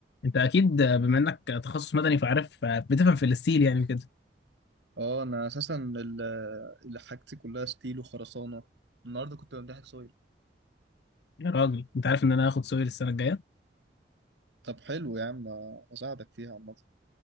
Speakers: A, on the left; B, on the right.
A: انت اكيد بما انك تخصص مدني فعارف بتفهم في الستيل يعني كده
B: اه انا اساسا ال- اللي حاجتي كلها ستيل وخرسانه النهارده كنت بمتحن سويل
A: يا راجل انت عارف ان انا هاخد سوري السنه الجايه
B: طب حلو يا عم هساعدك فيها عامه